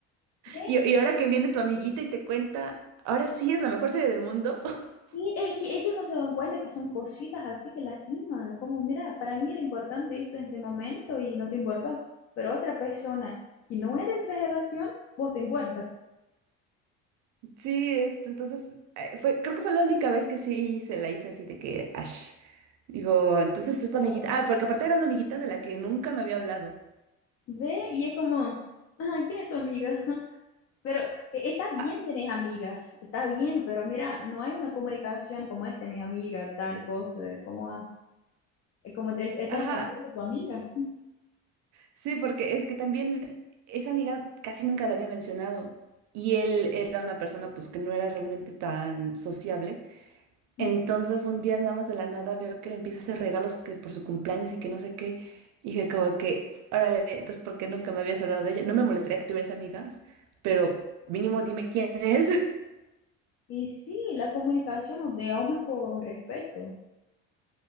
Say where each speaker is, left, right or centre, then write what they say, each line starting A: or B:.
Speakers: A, on the left (about 50°); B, on the right (about 70°).
A: ¿Ves?
B: Y, y ahora que viene tu amiguita y te cuenta, ahora sí es la mejor serie del mundo. <laughs>
A: Y es que ellos no se dan cuenta que son cositas así que lastiman, como mira, para mí era importante esto en este momento y no te importó, pero otra persona que no es de esta relación, vos te importa.
B: Sí, este, entonces, eh, fue, creo que fue la única vez que sí se la hice así de que, ash. Digo, entonces esta
A: Oh.
B: amiguita, ah, porque aparte era una amiguita de la que nunca me había hablado.
A: Ve y es como, ah, ¿quién es tu amiga? <laughs> Pero eh, está bien
B: Ah,
A: tener amigas, está bien, pero mira, no hay una comunicación como este, mi amiga, tal cosa, como, ah, eh, como te estás
B: ajá,
A: contando tu amiga.
B: Sí, porque es que también esa amiga casi nunca la había mencionado y él era una persona pues que no era realmente tan sociable.
A: Mm.
B: Entonces un día nada más de la nada veo que le empieza a hacer regalos que por su cumpleaños y que no sé qué. Y dije como que, órale, entonces ¿por qué nunca me habías hablado de ella? No me molestaría que tuvieras amigas, pero mínimo dime quién es. <laughs>
A: Y sí, la comunicación, digamos, más por respeto,